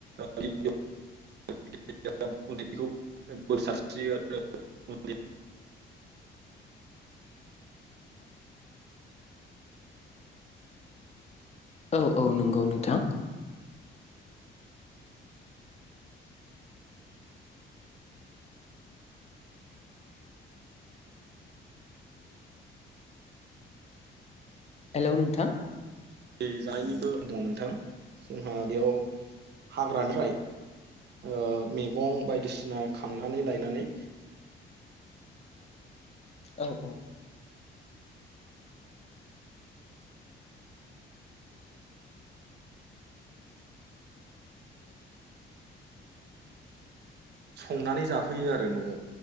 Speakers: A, on the right (about 60°); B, on the left (about 35°).
A: <unintelligible> उन्दै बोर सास्रि आरो उन्दै
B: औ औ नंगौ नोंथां। हेलौ नोंथां
A: बे जानायनिबो दङ नोंथां जोंहा बेयाव हाग्रानिफ्राय ओ मैगं बायदिसिना खांनानै लायनानै
B: औ औ
A: संनानै जाफैयो आरो न'आव